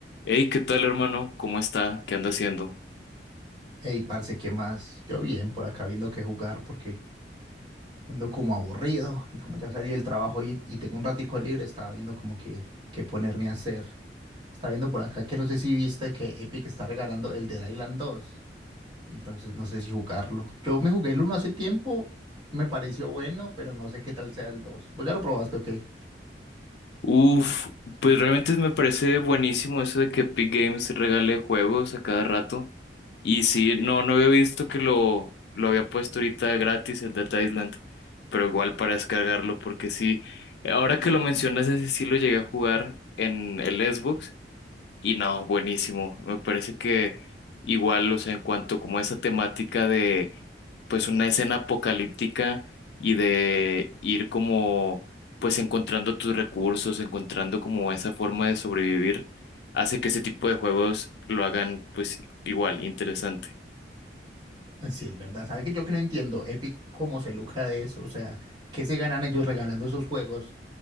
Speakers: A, on the left; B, on the right.
A: Hey, ¿qué tal, hermano? ¿Cómo está? ¿Qué anda haciendo?
B: Ey, parce, ¿qué más? Yo bien, por acá viendo qué jugar porque ando como aburrido y como ya salí del trabajo y, y tengo un ratico libre, estaba viendo como que qué ponerme a hacer. Estaba viendo por acá que no sé si viste que Epic está regalando el Dead Island 2, entonces no sé si jugarlo. Yo me jugué el uno hace tiempo, me pareció bueno, pero no sé qué tal sea el 2. ¿Vos ya lo probaste o qué?
A: Uf, pues realmente me parece buenísimo eso de que Epic Games regale juegos a cada rato. Y sí, no, no había visto que lo, lo había puesto ahorita gratis el Data Island, pero igual para descargarlo, porque sí, ahora que lo mencionas, ese sí lo llegué a jugar en el Xbox. Y no, buenísimo. Me parece que igual, o sea, en cuanto como a esa temática de pues una escena apocalíptica y de ir como pues encontrando tus recursos, encontrando como esa forma de sobrevivir, hace que ese tipo de juegos lo hagan pues igual interesante.
B: Sí, es verdad. ¿Sabes que yo que no entiendo? Epic, ¿cómo se lucra de eso? O sea, ¿qué se ganan ellos regalando esos juegos?